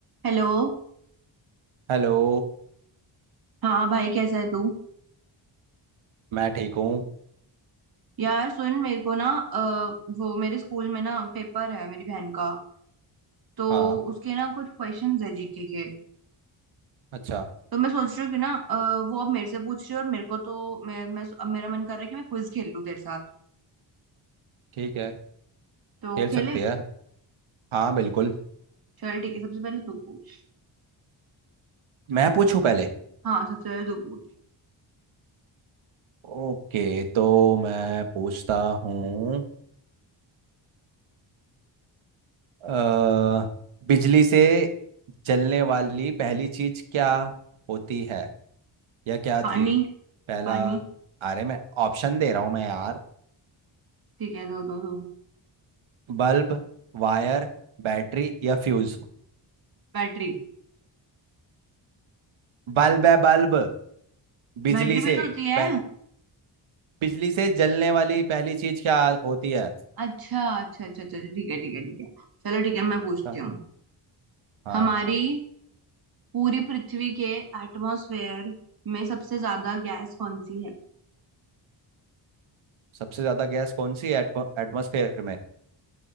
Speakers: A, on the right; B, on the right.
A: हेलो
B: Hello
A: हाँ भाई कैसा है तू
B: मैं ठीक हूँ
A: यार सुन मेरे को ना अ, वो मेरे स्कूल में ना पेपर है मेरी बहन का तो
B: हाँ
A: उसके ना कुछ क्वेश्चंस है जीके के
B: अच्छा
A: तो मैं सोच रही हूँ कि ना अ, वो अब मेरे से पूछ रही है और मेरे को तो मैं, मैं अब मेरा मन कर रहा है कि मैं क्विज खेल लूँ तेरे साथ
B: ठीक है
A: तो
B: खेल
A: खेले
B: सकते हैं हाँ बिल्कुल
A: चल ठीक है सबसे पहले तू पूछ
B: मैं पूछूं पहले
A: हाँ सबसे पहले तू पूछ
B: ओके तो मैं पूछता हूँ अ, बिजली से जलने वाली पहली चीज क्या होती है या क्या
A: पानी
B: थी पहला
A: पानी
B: अरे मैं ऑप्शन दे रहा हूँ मैं यार
A: ठीक है दो दो दो
B: बल्ब वायर बैटरी या फ्यूज
A: बैटरी
B: बल्ब है बल्ब बिजली
A: बैटरी
B: से
A: भी तो होती है
B: बै- बिजली से जलने वाली पहली चीज क्या होती है
A: अच्छा अच्छा अच्छा चलो ठीक है ठीक है ठीक है चलो ठीक है मैं पूछती
B: सा-
A: हूँ
B: हाँ
A: हमारी पूरी पृथ्वी के एटमॉस्फेयर में सबसे ज्यादा गैस कौन सी है
B: सबसे ज्यादा गैस कौन सी है एटमॉस्फेयर में